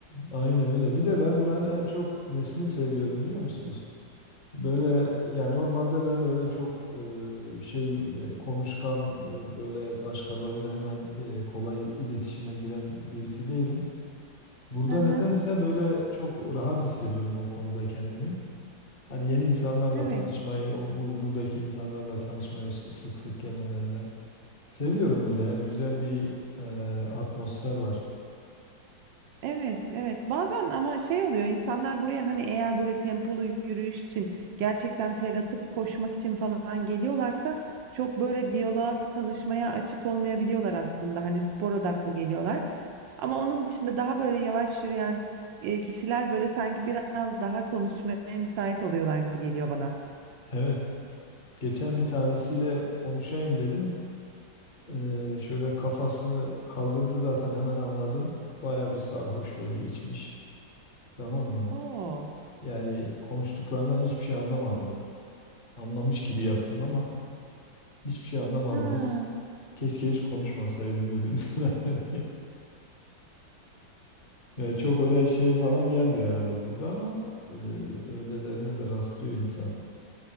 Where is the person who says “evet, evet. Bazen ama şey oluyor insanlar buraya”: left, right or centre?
Right